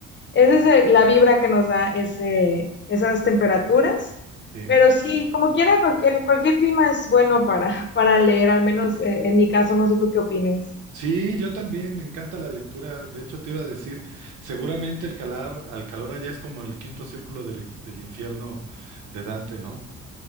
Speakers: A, on the left (about 40°); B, on the right (about 80°).
A: Esa es eh, la vibra que nos da ese, esas temperaturas,
B: Sí.
A: pero sí, como quiera, cualquier, cualquier clima es bueno para, <laughs> para leer, al menos eh, en mi caso, no sé tú qué opines.
B: Sí, yo también me encanta la lectura. De hecho, te iba a decir, seguramente el calar, al calor allá es como el quinto círculo del, del infierno de Dante, ¿no?